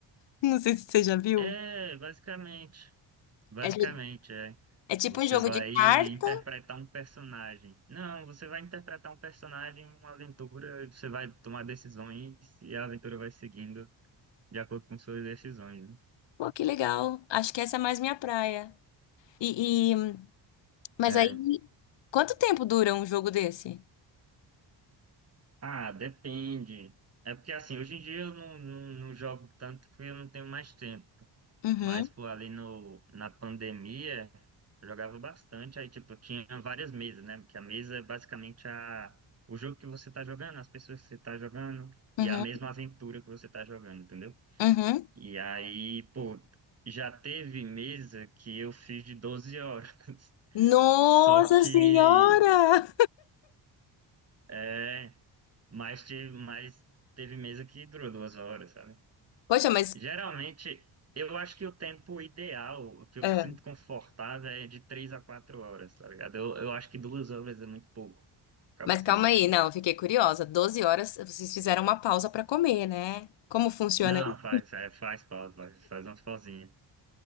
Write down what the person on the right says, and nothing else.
É, basicamente. Basicamente,
é.
Você
vai
interpretar um personagem. Não, você vai interpretar um personagem em uma aventura, e você vai tomar decisões e a aventura vai seguindo de acordo com suas decisões, né?
É.
Ah, depende. É porque assim, hoje em dia eu não, não, não jogo tanto porque eu não tenho mais tempo.
Mas, pô, ali no, na pandemia, eu jogava bastante. Aí, tipo, tinha várias mesas, né? Porque a mesa é basicamente a, o jogo que você tá jogando, as pessoas que você tá jogando, e
a mesma aventura que você tá jogando, entendeu?
E aí, pô, já teve mesa que eu fiz de 12 horas. <laughs>
Só que,
é, mas teve, mas teve mesa que durou duas horas, sabe?
Geralmente, eu acho que o tempo ideal, o que eu
sinto confortável, é de três a quatro horas, tá ligado? Eu, eu acho que duas horas é muito pouco. Acaba
sendo
muito
pouco.
Não,
faz, é, faz pausa, faz, faz umas pausinhas.